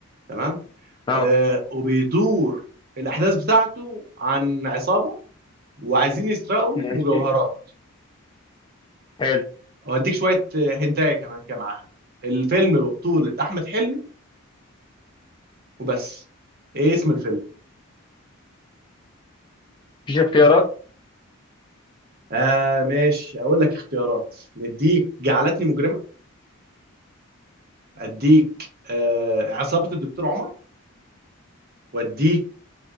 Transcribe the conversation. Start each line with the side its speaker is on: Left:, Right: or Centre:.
Right: تمام
Left: اه
Right: آه، وبيدور الاحداث بتاعته عن عصابه وعايزين يسرقوا
Left: ماشي
Right: مجوهرات
Left: حلو
Right: واديك شويه هنتايه كمان كده معاها الفيلم ببطوله احمد حلمي وبس ايه اسم الفيلم
Left: مفيش اختيارات
Right: آه ماشي اقول لك اختيارات نديك جعلتني مجرمه اديك آه عصابه الدكتور عمر واديك